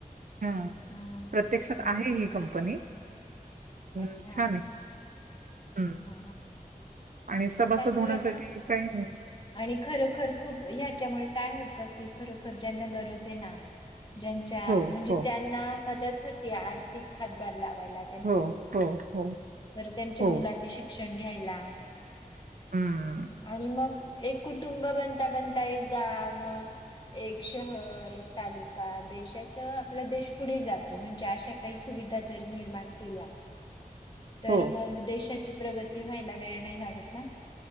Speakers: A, on the right (about 65°); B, on the left (about 30°).
A: हम
B: हां,
A: प्रत्यक्षात
B: हां.
A: आहे ही कंपनी अ,
B: अच्छा
A: छान आहे. हं.
B: ह
A: आणि सभासद
B: चांगली
A: होण्यासाठी
B: आहे ना
A: काही नाही.
B: आणि खरोखर खूप ह्याच्यामुळे काय होतं की खरोखर ज्यांना गरज आहे ना ज्यांच्या
A: हो,
B: म्हणजे
A: हो,
B: त्यांना मदत होती आर्थिक हात भार लाभ ह
A: हो, हो, हो,
B: त्यामुळे
A: हो.
B: शिक्षण घ्यायला
A: हं.
B: ह आणि मग एक कुटुंब बनता बनता एक गाव एक शहर एक तालुका देश असा आपला देश पुढे जातो म्हणजे अशा काही सुविधा जर निर्माण केल्या तर
A: हो.
B: मग देशाची प्रगती व्हायला वेळ नाही लागत ना